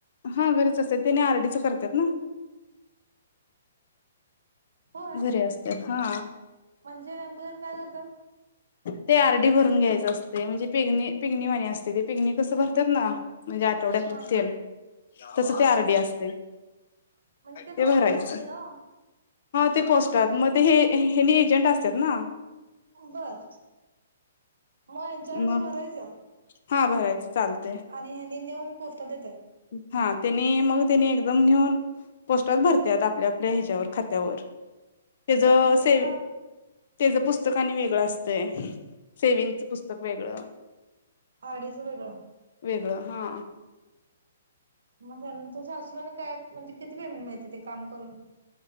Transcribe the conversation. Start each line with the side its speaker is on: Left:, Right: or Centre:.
Left: हा घरीच असत्यात तेनी आरडीच करत्यात ना?
Right: होय
Left: घरी असत्यात हा.
Right: म्हणजे नेमकं त्यानी काय कर
Left: ते आरडी भरून घ्यायचं असतंय, म्हणजे <unintelligible> वाणी असतंय. <unintelligible> कसं भरत्यात ना, म्हणजे आठवड्यातन
Right: हा हा
Left: तेन तसं ते
Right: हा
Left: आरडी असतंय,
Right: म्हणजे
Left: ते
Right: पोस्टच
Left: भरायचं.
Right: असते ना
Left: ते पोस्टात, मग ते हे हेनी एजंट असत्यात ना
Right: बर, मग ह्यांच्यापाशी
Left: मग
Right: भरायचं?
Left: हा भरायचं. चालतय
Right: आणि ह्यानी नेऊन पोस्टात देत्यात.
Left: हा त्यांनी मग त्यांनी एकदम नेऊन पोस्टात भरत्यात आपल्या आपल्या ह्याच्यावर खात्यावर. त्याच
Right: होय? मग याला
Left: सेव त्याचं पुस्तक आणि वेगळं असतंय, सेविंगचं पुस्तक वेगळं.
Right: आरडीच वेगळा.
Left: वेगळं हा.
Right: मग त्यां तुझं सासूबाईंना काय, म्हणजे किती वेळ मिळते ते काम करून?